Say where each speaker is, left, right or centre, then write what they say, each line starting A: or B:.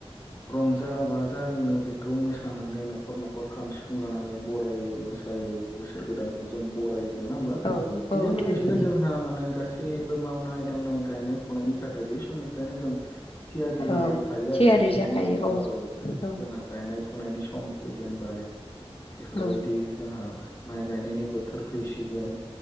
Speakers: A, on the left; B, on the left.
A: रंज बाजा जोङो बेखौ मोसानानै न'खर न'खर खाम सिफुं लानानै बरायो मोसायो। बोसोर गोदानखौ जों बरायो नङा ओमबा
B: औ
A: बेजों
B: औ
A: लोगोसेनो
B: थारैनो
A: जोंहा माने गास गासैबो मावनाय दांनाय गायनाय फुनायनि थाखाय बे समनिफ्रायनो जों थियारि जानानै
B: औ
A: थायो
B: थियारि
A: आरोना बेनि
B: जाखायो
A: उनावनो
B: औ
A: औ जोंहा
B: औ
A: गायनाय फुनायनि सम फैजेनबाय बेफोरबायदि
B: औ
A: जों जोंहा माइ गायनायनि बोथोर फैसिगोन